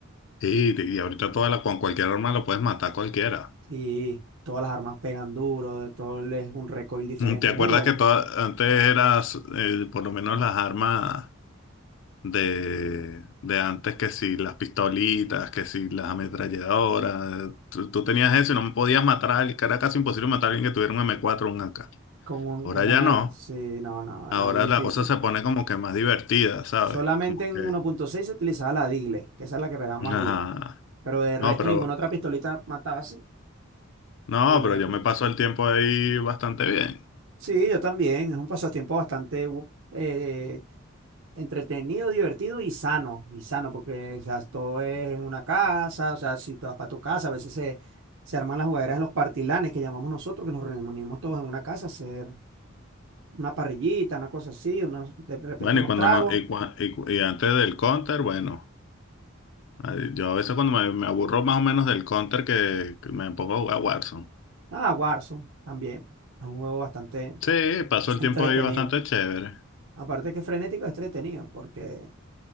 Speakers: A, on the left; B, on the right.
A: Y, y ahorita toda la, con cualquier arma lo puedes matar a cualquiera.
B: Y todas las armas pegan duro, de todo el- es un recoil
A: <laughs>
B: diferente.
A: ¿Te acuerdas
B: Es muy bueno.
A: que toda- antes eras, eh, por lo menos las armas? de, de antes que si las pistolitas, que si las ametralladoras, eh, tú, tú tenías eso y no podías matar a alguien, que era casi imposible matar a alguien que tuviera un m cuatro o un AK.
B: Con, un-
A: Ahora
B: con una,
A: ya no,
B: sí, no, no,
A: ahora
B: era muy difícil.
A: la cosa se pone como que más divertida,
B: Solamente
A: ¿sabes? Como
B: en
A: que,
B: uno punto seis se utilizaba la Digle, que esa es la que pegaba más
A: ajá,
B: duro. Pero de
A: no,
B: resto
A: pero,
B: ninguna otra pistolita mataba así,
A: no,
B: por lo menos
A: pero yo
B: aquí.
A: me paso el tiempo ahí bastante bien.
B: Sí, yo también. Es un pasatiempo bastante bu- eh, Entretenido, divertido y sano, y sano, porque o sea, todo es en una casa, o sea, si te vas para tu casa, a veces se, se arman las jugaderas de los partilanes que llamamos nosotros, que nos reunimos todos en una casa a hacer una parrillita, una cosa así, unos, de repente
A: Bueno,
B: unos
A: y cuando
B: tragos.
A: no, y, cua- y cu- y antes del counter, bueno, ay, yo a veces cuando me, me aburro más o menos del counter que, que me pongo a jugar Warzone.
B: Ah, Warzone también, es un juego bastante
A: Sí, paso el
B: entretenido.
A: tiempo ahí bastante chévere.
B: Aparte que es frenético, es entretenido, porque